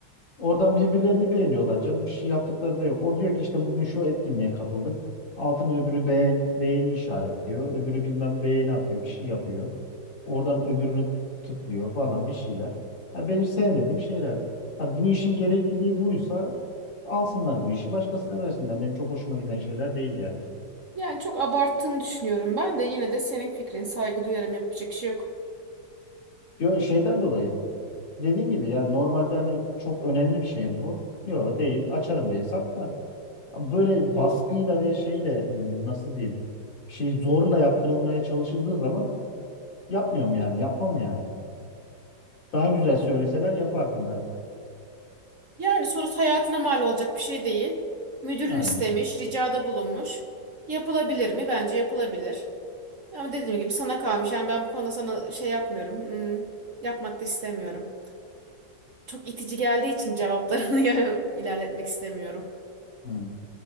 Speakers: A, on the left; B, on the right.
A: Oradan birbirlerini beğeniyorlar canım. Bir şey yaptıkları da yok. O diyor ki işte bugün şu etkinliğe katıldık. Altına öbürü beğen, beğeni işaretliyor. Öbürü bilmem beğeni atıyor. Bir şey yapıyor. Oradan öbürünü tıklıyor falan bir şeyler. Ha, benim sevmediğim şeyler. Ha, bu işin gerekliliği buysa alsınlar bu işi başkasına versinler. Benim çok hoşuma giden şeyler değil yani.
B: Yani çok abarttığını düşünüyorum ben de yine de senin fikrin saygı duyarım yapacak şey yok.
A: Yo, şeyden dolayı dediğin gibi yani normalde hani çok önemli bir şey mi bu? Yok değil. Açarım bir hesap da. böyle baskıyla ve şeyle m, nasıl diyeyim bir şey zorla yaptırılmaya çalışıldığı zaman yapmıyorum yani yapmam yani. Daha güzel söyleseler yapardım belki.
B: Yani sonuç hayatına mal olacak bir şey değil. Müdürün
A: Aynen.
B: istemiş, ricada bulunmuş. Yapılabilir mi? Bence yapılabilir. Ama dediğim gibi sana kalmış. Yani ben bu konuda sana şey yapmıyorum. Hmm, yapmak da istemiyorum. Çok itici geldiği için cevaplarını <laughs> yani ilerletmek istemiyorum.
A: Hmm.